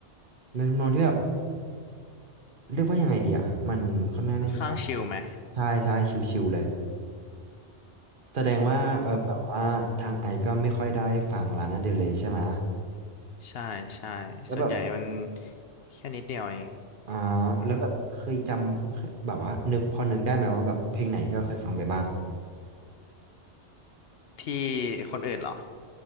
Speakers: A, on the right (about 50°); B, on the left (about 65°).
A: ในทำนองที่แบบเรียกว่ายังไงดีอ่ะมันค่อนข้างที่จะ
B: ค่อนข้างชิลไหม
A: ใช่ใช่ชิวๆเลย แสดงว่าเออแบบว่าทางไอซ์ก็ไม่ค่อยได้ฟังลานาเดลเรย์ใช่ไหม
B: อืมใช่ใช่
A: แล้วแบบ
B: ส่วนใหญ่มันแค่นิดเดียวเอง
A: อ่า
B: อือหือ
A: แล้วแบบเคยจำเคยแบบว่านึกพอนึกได้ไหมว่าแบบเพลงไหนที่เราเคยฟังไปบ้าง
B: ที่คนอื่นเหรอ